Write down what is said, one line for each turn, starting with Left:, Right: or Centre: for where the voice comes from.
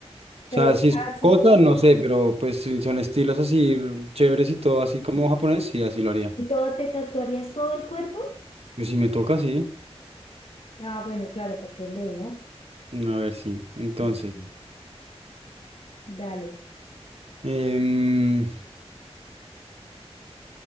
Left: Pero
Right: O sea, sí, son
Left: así
Right: cosas,
Left: como,
Right: no sé, pero pues si son estilos así chéveres y todo así como japonés, sí, así lo haría.
Left: ¿y todo te tatuarías todo el cuerpo?
Right: Pues si me toca, sí.
Left: Ah, bueno, claro, porque es ley, ¿no?
Right: A ver, sí. Entonces,
Left: Sí, sí. sí. Dale.
Right: em,